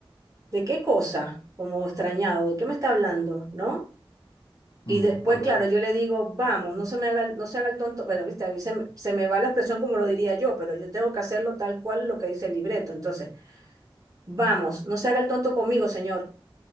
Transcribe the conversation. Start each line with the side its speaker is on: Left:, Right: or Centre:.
Right: ¿de qué cosa? Como extrañado, ¿de qué me está hablando? ¿No? Y
Left: Mm,
Right: después,
Left: a ver.
Right: claro, yo le digo, vamos, no se me haga el, no se haga el tonto. Bueno, viste, a mí se, me- se me va la expresión como lo diría yo, pero yo tengo que hacerlo tal cual lo que dice el libreto. Entonces, vamos, no se haga el tonto conmigo, señor.